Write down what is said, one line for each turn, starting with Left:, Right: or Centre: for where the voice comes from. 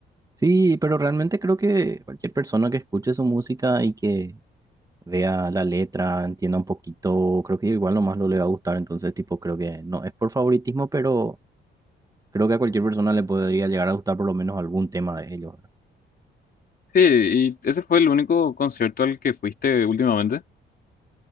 Right: Sí, pero realmente creo que cualquier persona que escuche su música y que vea la letra, entienda un poquito, creo que igual nomás lo le va a gustar, entonces tipo creo que no es por favoritismo, pero creo que a cualquier persona le podría llegar a gustar por lo menos algún tema de ellos. ¿verdad?
Left: Sí, y ese fue el único concierto al que fuiste últimamente.